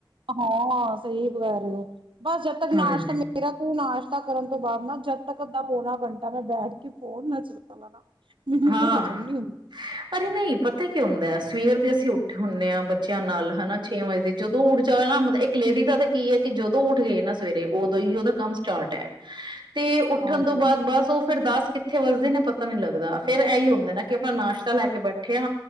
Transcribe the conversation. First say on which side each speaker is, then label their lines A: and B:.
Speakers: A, on the right (about 80°); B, on the right (about 65°).
A: ਹਾਂ ਸਹੀ ਵੈ ਰਹੇ ਹੋ ਬਸ ਜਦ ਤੱਕ
B: ਹਾਂਜੀ
A: ਨਾਸ਼ਤਾ ਮੇਰਾ ਤ ਨਾਸ਼ ਕਰਨ ਤੋਂ ਬਾਅਦ ਨਾ ਜਦ ਤੱਕ ਪੌਣਾ ਘੰਟਾ ਮੈਂ ਬੈਠ ਕੇ ਫੋਨ ਨੱਚ ਨਾ <unintelligible>
B: ਹਾਂ
A: ਤੇ ਹਜ਼ਮ ਨੀ ਹੁੰਦੀ
B: ਅਰੇ ਨਹੀਂ ਪਤਾ ਹੀ ਕੀ ਹੁੰਦਾ ਸਵੇਰ ਦੇ ਅਸੀਂ ਉੱਠੇ ਹੁੰਦੇ ਹਾਂ ਬੱਚਿਆਂ ਨਾਲ ਹਨਾ ਛੇ ਵਜੇ ਦੇ ਜਦੋਂ ਉੱਠ ਜਾ ਨਾ ਮਤਲਬ ਇੱਕ ਲੇਡੀ ਦਾ ਤਾਂ ਕੀ ਹੈ ਕਿ ਜਦੋਂ ਉੱਠ ਗਏ ਨਾ ਸਵੇਰੇ ਉਦੋਂ ਹੀ ਉਹਦਾ ਕੰਮ ਸਟਾਰਟ ਹੈ ਤੇ ਉੱਠਣ
A: ਹਾਂਜੀ।
B: ਤੋਂ ਬਾਅਦ ਬਸ ਉਹ ਫੇਿਰ ਦਾਸ ਕਿੱਥੇ ਵਸਦੇ ਨੇ ਪ ਪਤਾ ਨੀ ਲੱਗਦਾ ਫੇਿਰ ਇਹੀ ਹੁੰਦਾ ਨਾ ਕਿ ਆਪਣਾ ਨਾਸ਼ਤਾ ਲੈ ਕੇ ਬੈਠੇਿਆ